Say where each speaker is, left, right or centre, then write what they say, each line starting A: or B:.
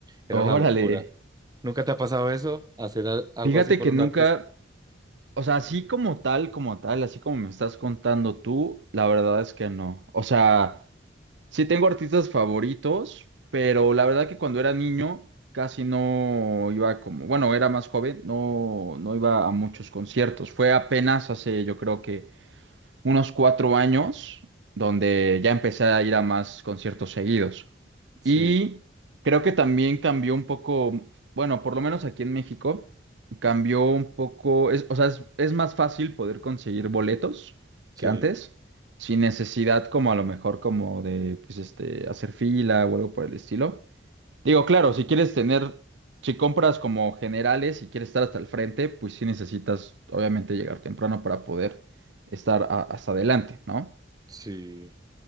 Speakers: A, on the right; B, on the right.
A: Era
B: órale.
A: una locura. ¿Nunca te ha pasado eso? ¿Hacer al- algo
B: Fíjate
A: así por
B: que
A: un
B: nunca,
A: artista?
B: o sea, así como tal, como tal, así como me estás contando tú, la verdad es que no. O sea, sí tengo artistas favoritos, pero la verdad que cuando era niño casi no iba como, bueno, era más joven, no, no iba a muchos conciertos. Fue apenas hace, yo creo que unos cuatro años, donde ya empecé a ir a más conciertos seguidos.
A: Sí,
B: Y creo que también cambió un poco, bueno, por lo menos aquí en México, cambió un poco, es- o sea, es, es más fácil poder conseguir boletos
A: sí,
B: que antes, sin necesidad como a lo mejor como de, pues, este, hacer fila o algo por el estilo. Digo, claro, si quieres tener, si compras como generales y quieres estar hasta el frente, pues sí necesitas, obviamente, llegar temprano para poder estar a- hasta adelante, ¿no?
A: sí.